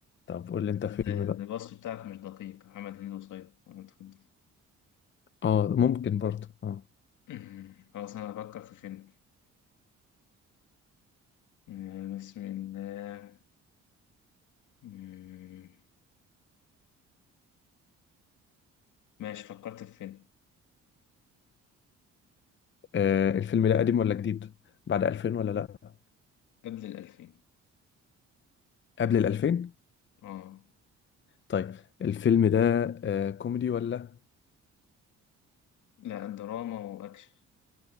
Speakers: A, on the left (about 40°); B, on the left (about 80°).
A: طب قول لي انت
B: ال-
A: فيلم بقى
B: الوصف بتاعك مش دقيق محمد هنيدي وصيد آه، اتفضل.
A: اه ممكن برضه اه
B: <laughs> <clears throat> خلاص انا هفكر في فيلم آه، بسم الله مم، ماشي فكرت في فيلم
A: آه، الفيلم ده قديم ولا جديد بعد 2000 ولا لا
B: قبل الألفين
A: قبل ال 2000
B: اه
A: طيب الفيلم ده آه، كوميدي ولا
B: لا دراما وأكشن